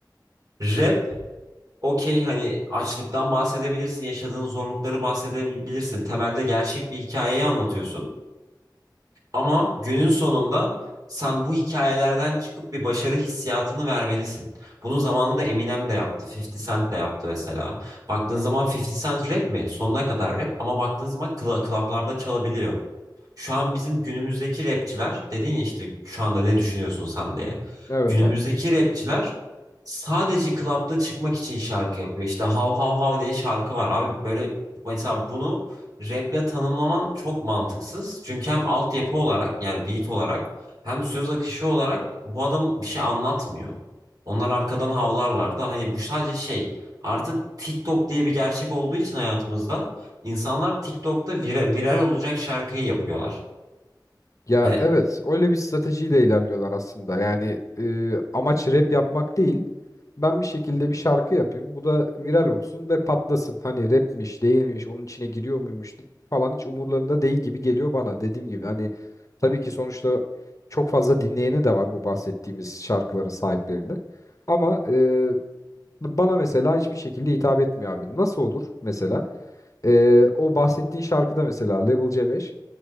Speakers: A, on the right; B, on the left.
A: rap okey hani açlıktan bahsedebilirsin, yaşadığın zorlukları bahsedebilirsin. Temelde gerçek bir hikayeyi anlatıyorsun. Ama günün sonunda sen bu hikayelerden çıkıp bir başarı hissiyatını vermelisin. Bunu zamanında Eminem de yaptı, 50 Cent de yaptı mesela. Baktığın zaman 50 Cent rap mi? Sonuna kadar rap ama baktığın zaman kla- klaplarda çalabiliyor. Şu an bizim günümüzdeki rapçiler dedin ya işte şu anda ne düşünüyorsun sen diye.
B: Evet
A: Günümüzdeki
B: abi.
A: rapçiler sadece klapta çıkmak için şarkı yapıyor. İşte hav hav hav diye şarkı var. Abi böyle mesela bunu raple tanımlaman çok mantıksız. Çünkü hem altyapı olarak yani beat olarak hem söz akışı olarak bu adam bir şey anlatmıyor. Onlar arkadan havlarlar da hani bu sadece şey artık TikTok diye bir gerçek olduğu için hayatımızda İnsanlar TikTok'ta vira- viral olacak şarkıyı yapıyorlar.
B: Ya
A: Hani
B: evet öyle bir stratejiyle ilerliyorlar aslında. Yani e, amaç rap yapmak değil. Ben bir şekilde bir şarkı yapayım. Bu da viral olsun ve patlasın. Hani rapmiş değilmiş onun içine giriyor muymuş falan hiç umurlarında değil gibi geliyor bana. Dediğim gibi hani tabii ki sonuçta çok fazla dinleyeni de var bu bahsettiğimiz şarkıların sahiplerinde. Ama e, Bana mesela hiçbir şekilde hitap etmiyor abi. Nasıl olur mesela? Ee, o bahsettiğin şarkıda mesela Level C5.